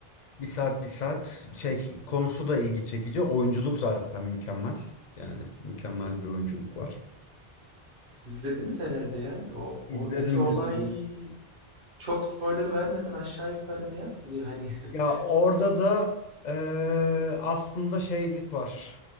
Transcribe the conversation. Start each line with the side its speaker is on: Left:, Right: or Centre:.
Left: Bir saat bir saat şey konusu da ilgi çekici. Oyunculuk zaten mükemmel. Yani mükemmel bir oyunculuk var.
Right: Siz izlediniz herhâlde yani. O
Left: İzledim
Right: oradaki olay
Left: izledim.
Right: çok spoiler vermeden aşağı yukarı ne yapılıyor hani? <laughs>
Left: Ya orada da eee, aslında şeylik var.